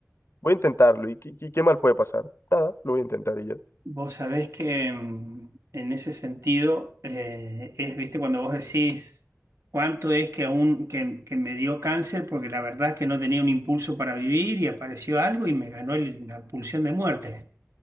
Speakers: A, on the left; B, on the right.
A: voy a intentarlo. ¿Y qué, qué- qué mal puede pasar? Nada, lo voy a intentar y ya.
B: vos sabés que mm, en ese sentido eh, es, viste, cuando vos decís cuánto es que aún que, que me dio cáncer porque la verdad es que no tenía un impulso para vivir y apareció algo y me ganó el- la pulsión de muerte.